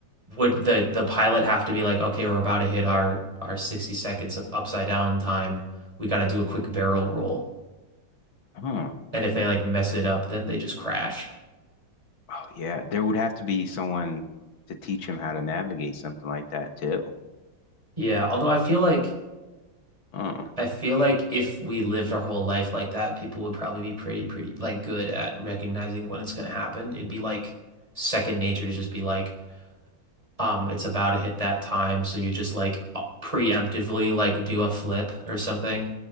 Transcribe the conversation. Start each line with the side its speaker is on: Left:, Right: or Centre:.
Right: would the the pilot have to be like, okay, we're about to hit our our 60 seconds of upside down time. We got to do a quick barrel roll.
Left: Huh.
Right: And if they like mess it up, then they just crash.
Left: Oh yeah. There would have to be someone to teach him how to navigate something like that too.
Right: Yeah, although I feel like
Left: Huh.
Right: I feel like if we lived our whole life like that, people would probably be pretty pretty like good at recognizing when it's going to happen. It'd be like second nature to just be like, um, it's about to hit that time, so you just like preemptively like do a flip or something.